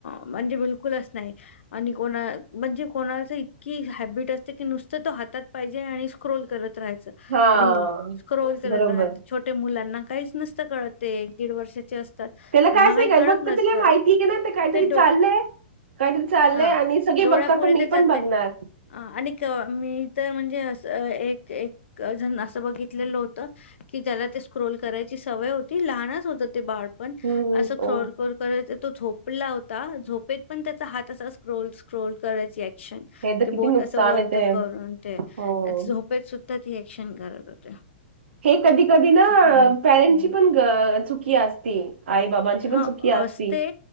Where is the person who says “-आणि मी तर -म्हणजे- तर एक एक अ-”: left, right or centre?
Left